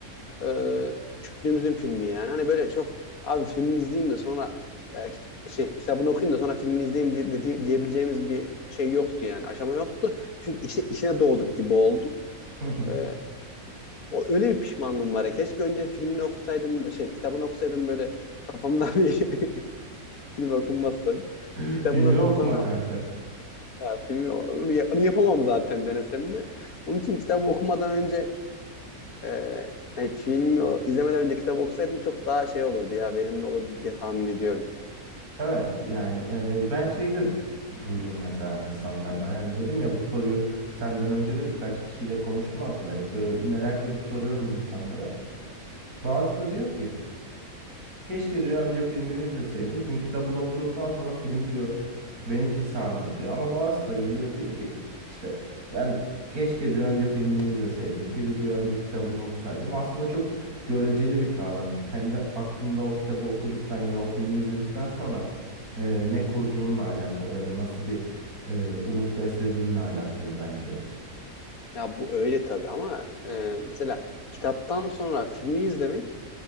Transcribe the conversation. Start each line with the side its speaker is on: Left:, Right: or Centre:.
Left: e, küçüklüğümüzün filmi yani. Hani böyle çok abi filmini izleyeyim de sonra e, kit- şey kitabını okuyayım da sonra filmini izleyeyim diye, dedi- diyebileceğimiz bir şey yoktu yani. Aşama yoktu. Çünkü içine, içine doğduk gibi oldu.
Right: Hı hı.
Left: E, o öyle bir pişmanlığım var ya. Keşke önce filmini okusaydım şey kitabını okusaydım böyle kafamda bir <laughs> film okunmaz tabii.
Right: <laughs>
Left: Kitabını
Right: Filmini
Left: okuyup
Right: okuma
Left: sonra
Right: kanka.
Left: ya, filmi onu, onu yapamam zaten denesem de. Onun için kitabı okumadan önce Ee, hani filmi o- izlemeden önce kitap okusaydım çok daha şey olurdu ya verimli olurdu diye tahmin ediyorum.
Right: Evet yani e, ben şeyi de duydum mesela insanlardan. Yani dedim ya bu soruyu senden önce de birkaç kişiyle konuştum aslında. Hep böyle merak edip soruyorum insanlara. Bazısı da diyor ki Keşke diyor önce filmini izleseydim. Çünkü kitabını okuduktan sonra film diyor beni hiç sarmadı diyor. Ama bazısı da geliyor diyor ki işte ben keşke diyor önce filmini izleseydim. Biri diyor önce kitabını okusaydım. Aslında çok göreceli bir kavram. Kendi aklında o kitabı okuduktan ya da o filmi izledikten sonra e, ne kurduğunla alakalı ya da nasıl bir e, umut beslediğinle alakalı bence.
Left: Ya bu öyle tabii ama e, mesela kitaptan sonra filmi izlemek